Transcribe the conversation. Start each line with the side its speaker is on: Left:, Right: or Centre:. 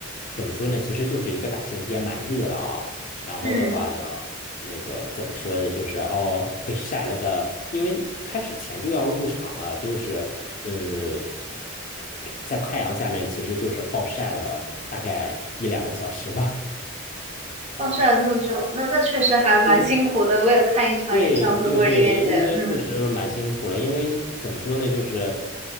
Left: 怎么说呢？其实就是一个大晴天，蛮热的啊。然后的话呢，
Right: 嗯
Left: 那个怎么说呢？就是哦，被晒了个，因为开始前就要入场了，就是呃，在太阳下面，其实就是暴晒了大概一两个小时吧。
Right: 暴晒了那么久，那那确实还蛮辛苦的，
Left: <laughs> 因
Right: 为了看一场演唱会或者音乐节，
Left: 对对对，因为确实蛮辛苦了。
Right: 嗯
Left: 因为怎么说呢，就是，